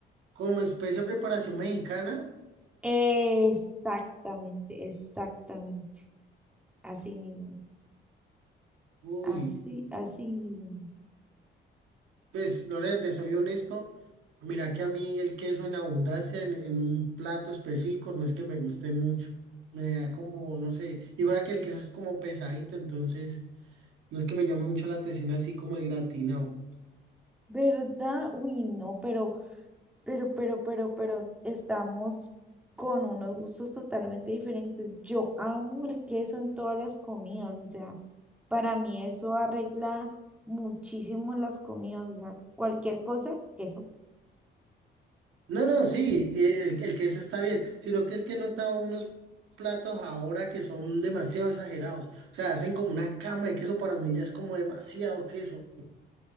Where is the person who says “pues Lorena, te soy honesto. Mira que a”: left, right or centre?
Right